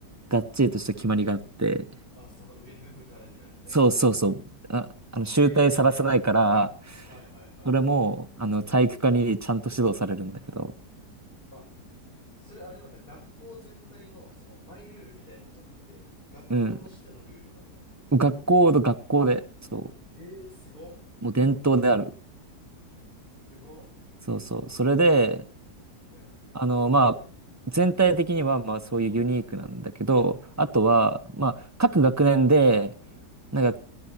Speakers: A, on the right; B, on the left.
A: がっちりとした決まりがあって、
B: あ、その上脱ぐからにはみたいな。
A: そうそうそう。あ、あの、醜態さらさないから、
B: ええはいはいはい。
A: それも、あの、体育科にちゃんと指導されるんだけど、
B: あ、それあれなんだ。学校全体の、その、マイルールみたいなんじゃなくて、学校としてのルールなんだ。
A: うん。学校と学校で、そ
B: ええー、すごっ。
A: う、もう伝統である。
B: すごっ。
A: そうそう。それで、
B: うん。
A: あの、まあ、全体的には、まあ、そういうユニークなんだけど、あとは、
B: うん。
A: まあ、各学年で、なんか、